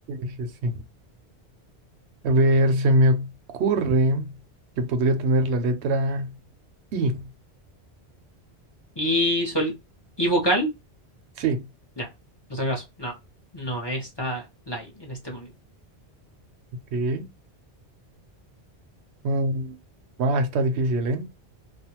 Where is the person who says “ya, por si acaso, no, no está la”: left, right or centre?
Left